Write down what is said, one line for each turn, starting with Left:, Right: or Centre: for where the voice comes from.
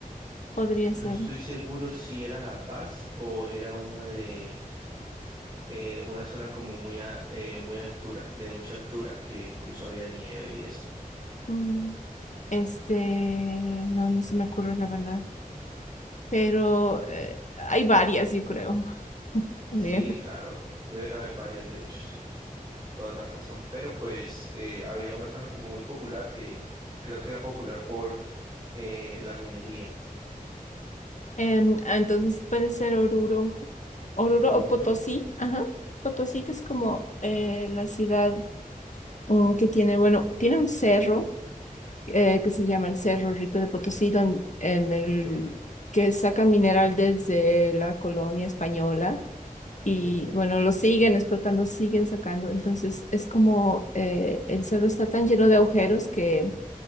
Left: podría
Right: No
Left: ser.
Right: estoy seguro si era La Paz o era una de eh, una zona como muy a- eh, muy altura, de mucha altura, que incluso había nieve y eso.
Left: mm, Este, no, no se me ocurre la verdad. pero eh, hay varias, yo creo. <laughs> Bien.
Right: Sí, claro, deben haber varias, de hecho, sí, toda la razón. Pero pues eh, había una zona como muy popular que creo que era popular por eh, la minería.
Left: En- ah, entonces puede ser Oruro, Oruro
Right: Oruro.
Left: o Potosí, ajá. Potosí que es como eh, la ciudad mm, que tiene, bueno, tiene un cerro eh, que se llama el Cerro Rico de Potosí, don- en el
Right: Ujú,
Left: que saca mineral desde la colonia española y
Right: sí.
Left: bueno, lo siguen explotando, siguen sacando. Entonces es como eh, el cerro está tan lleno de agujeros que